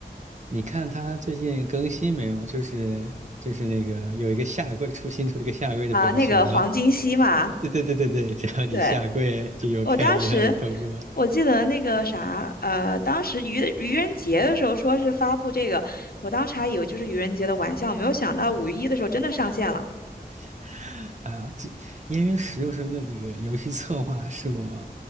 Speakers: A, on the right; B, on the left.
A: 你看它最近更新没有？就是就是那个有一个下跪出新出了一个下跪的表情，
B: 啊，那个黄金熙嘛，
A: <laughs> 对对对对对，只要你下跪就有概率让你通过。
B: 对，我当时我记得那个啥，呃，当时愚愚人节的时候说是发布这个，我当时还以为就是愚人节的玩笑，没有想到五一的时候真的上线了。
A: <laughs> 哎呀，这《烟云十六声》的这个游戏策划是我，